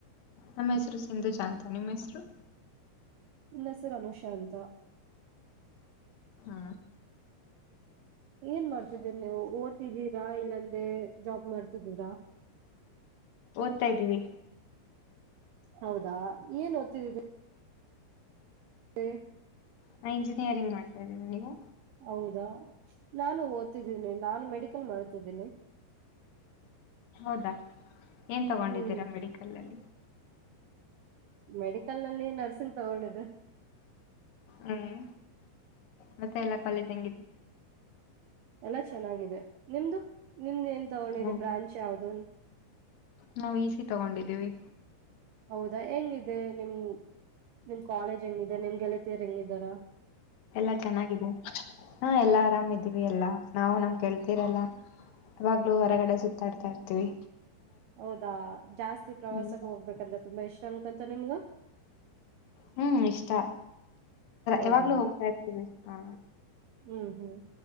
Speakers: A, on the left (about 65°); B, on the right (about 75°).
A: ನಮ್ಮ ಹೆಸರು ಸಿಂಧು ಜಾಂತ ನಿಮ್ಮ ಹೆಸರು
B: ನನ್ನ ಹೆಸರು ಅನುಷ ಅಂಥ
A: ಹ್ಮ
B: ಏನ್ ಮಾಡ್ತಿದ್ದೀರಿ ನೀವು ಓದತಿದ್ದೀರಾ ಅಂದ್ರೆ ಜಾಬ್ ಮಾಡ್ತಿದ್ದೀರಾ
A: ಓದ್ತಾ ಇದ್ದೀವಿ
B: ಹೌದಾ ಏನ್ ಓದ್ತಿದ ಹ
A: ನಾ ಇಂಜಿನಿಯರಿಂಗ್ ಮಾಡ್ತಾ ಇದ್ದೀರಿ ನೀವು
B: ಹೌದಾ ನಾನು ಓದ್ತಿದ್ದೀನಿ ನಾನು ಮೆಡಿಕಲ್ ಮಾಡ್ತಿದ್ದೀನಿ <unintelligible>
A: ಹೌದಾ ಏನ್ ತಗೊಂಡಿದ್ದೀರಾ
B: ಹ್ಮ್
A: ಮೆಡಿಕಲ್ಲ್ಲಿ
B: ಮೆಡಿಕಲ್ ನಲ್ಲಿ ನರ್ಸಿಂಗ್ ತಗೊಂಡಿದೆ
A: ಹ್ಮ್ ಮತ್ತೆ ಎಲ್ಲಾ ಕಾಲೇಜ್ ಹಂಗಿದರು
B: ಎಲ್ಲ ಚೆನ್ನಾಗಿದೆ ನಿಮ್ದು ನಿಮ್ದ ಏನ್ ತಗೊಂಡಿರಿ
A: ಹ್ಮ್
B: ಬ್ರಾಂಚ್ ಯಾವ್ದ
A: ನಾವು ಈಸಿ ತಗೊಂಡಿದ್ದೀವಿ
B: ಹೌದಾ ಹೆಂಗಿದೆ ನಿಮ ನಿಮ್ ಕಾಲೇಜ್ ಹೆಂಗಿದೆ ನಿಮ್ ಗೆಳತೀರ್ ಹೆಂಗಿದ್ದಾರ
A: ಎಲ್ಲಾ ಚೆನ್ನಾಗಿದೆ ಹಾ ಎಲ್ಲಾ ಆರಾಮಿದ್ದೀವಿ ಎಲ್ಲಾ ನಾವು ನಮ್ ಗೆಳತಿಯರೆಲ್ಲ ಯವಾಗ್ಲು ಹೊರಗಡೆ ಸುತ್ತಾಡ್ತಾ ಇರ್ತಿವಿ
B: ಹೌದಾ ಜಾಸ್ತಿ ಪ್ರವಾಸಕ್ಕೆ
A: ಹ್ಮ್
B: ಹೋಗ್ಬೇಕಂದ್ರೆ ತುಂಬಾ ಇಷ್ಟ ಅನ್ಕಂತ ನಿಮ್ಗ
A: ಹ್ಮ್ ಇಷ್ಟರ
B: ಹೌದಾ
A: ಯಾವಾಗ್ಲೂ ಹೋಗ್ತಾ ಇರ್ತೀವಿ ಹಾ
B: ಹ್ಮ್ ಹ್ಮ್